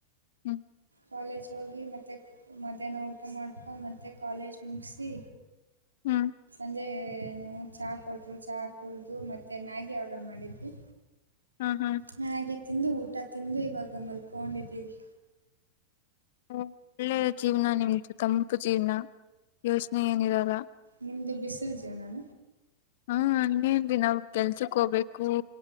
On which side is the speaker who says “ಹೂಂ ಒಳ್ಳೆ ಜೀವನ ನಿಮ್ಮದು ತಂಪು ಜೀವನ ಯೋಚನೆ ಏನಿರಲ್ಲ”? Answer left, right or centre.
Left